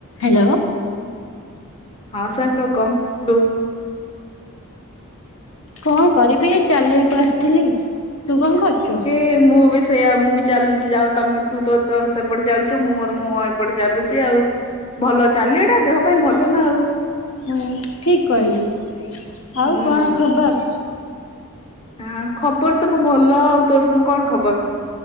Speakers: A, on the left (about 60°); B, on the left (about 25°).
A: Hello.
B: ହଁ ସାଙ୍ଗ କଣ ରୁ
A: କଣ କରିବି ଏଇ ଚାଲିବାକୁ ଆସିଥିଲି। ତୁ କଣ କରୁଛୁ?
B: ଏ ମୁଁ ବିସ୍ ସେଇୟା ମୁଁ ବି ଚାଲୁଚି ଯାହା ହଉ ତମେ ତୁ ତୋର ତୋର ସେପଟେ ଚାଲୁଚୁ ମୁଁ ମୋର ମୁଁ ହଁ ଏପଟେ ଚାଲୁଚି ଆଉ। ଭଲ ଚାଲିବା ଟା ଦେହ ପାଇଁ ଭଲ ନା ଆଉ।
A: ହୁଁ ଠିକ କ <unintelligible>
B: ହୁଁ
A: ଆଉ କଣ ଖବର?
B: ହଁ ଖବର ସବୁ ଭଲ ଆଉ ତୋର ସବୁ କଣ ଖବର?